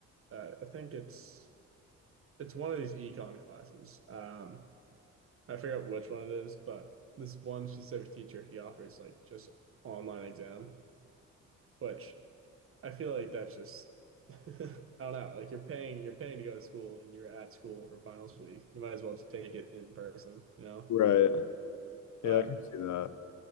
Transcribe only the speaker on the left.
Right.
Yeah, I can see that.